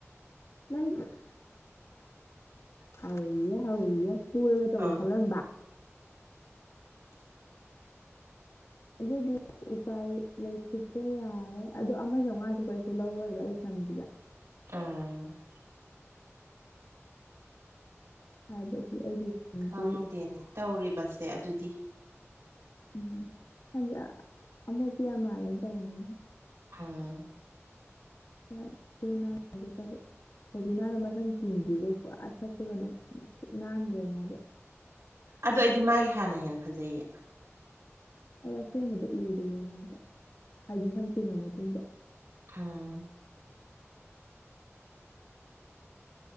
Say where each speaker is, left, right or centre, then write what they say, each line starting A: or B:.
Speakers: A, on the left (about 75°); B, on the right (about 75°).
A: ꯂꯩ <unintelligible> ꯍꯧꯔꯤꯌꯦ ꯍꯧꯔꯤꯌꯦ ꯄꯨꯔꯒ ꯇꯧꯒꯦ
B: ꯑꯥꯎ
A: ꯈꯜꯂꯝꯕ
B: <inaudible>
A: ꯑꯗꯨꯕꯨ ꯎꯄꯥꯏ ꯂꯩꯈꯤꯗ꯭ꯔꯦ ꯌꯥꯔꯣꯏ ꯑꯗꯣ ꯑꯃ ꯆꯧꯉꯥꯗꯤ ꯀꯩꯁꯨ ꯂꯧꯔꯣꯏꯕ ꯑꯩ ꯁꯝꯁꯤꯗ
B: ꯑꯝ
A: ꯍꯥꯏꯕꯗꯤ ꯑꯩꯒꯤ ꯁꯝꯗꯤ
B: ꯈꯪꯗꯦꯅꯦ ꯇꯧꯔꯤꯕꯁꯦ ꯑꯗꯨꯗꯤ
A: ꯎꯝ ꯈꯪꯗꯦ ꯑꯃꯣꯠꯄꯤ ꯌꯥꯝ ꯃꯥꯜꯂꯦꯅ ꯇꯧꯕꯅꯤ
B: ꯎꯝ
A: ꯅꯥꯗꯤ ꯅꯥꯗꯦ ꯇꯧꯕ ꯊꯣꯏꯕꯤꯅꯥꯗꯣ ꯃꯁꯟ ꯇꯤꯡꯒꯤꯕꯗꯩ ꯄꯨꯔꯥ ꯁꯛꯇꯣ ꯀꯩꯅꯣ ꯅꯥꯟꯗꯦ ꯃꯥꯏꯖꯨ
B: ꯑꯗꯨ ꯑꯩꯗꯤ ꯃꯥꯒꯤ ꯍꯥꯟꯅ ꯍꯦꯟꯅ ꯐꯖꯩꯌꯦ
A: ꯑꯗ ꯑꯁꯦꯡꯕꯗꯣ ꯎꯗꯤꯌꯦ ꯃꯥꯗꯣ ꯍꯥꯏꯗꯤ ꯁꯝ ꯇ ꯤꯡꯉ ꯃꯇꯨꯡꯗ
B: ꯎꯝ